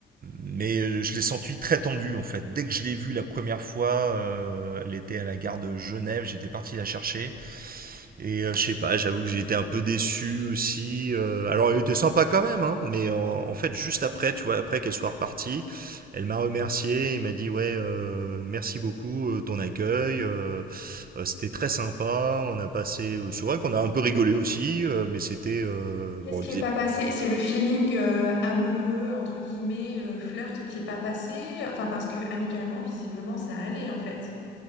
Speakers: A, on the right; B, on the left.
A: mais euh, je l'ai sentie très tendue en fait. Dès que je l'ai vue la première fois, euh, elle était à la gare de Genève, j'étais parti la chercher. Et euh, je sais pas, j'avoue
B: oui.
A: que j'ai été un peu déçu aussi. euh, alors elle était sympa quand même, hein, mais en, en fait juste après, tu vois, après qu'elle soit repartie, elle m'a remercié et m'a dit ouais, euh, merci beaucoup euh, ton accueil, euh, euh, c'était très sympa. On a passé, euh, c'est vrai qu'on a un peu rigolé aussi, euh, mais c'était euh,
B: Qu'est-ce
A: bon,
B: qui
A: il faisait
B: est pas passé? C'est le feeling euh, amoureux, entre guillemets, euh, flirt qui est pas passé. Enfin, parce que amicalement, visiblement, ça allait en fait.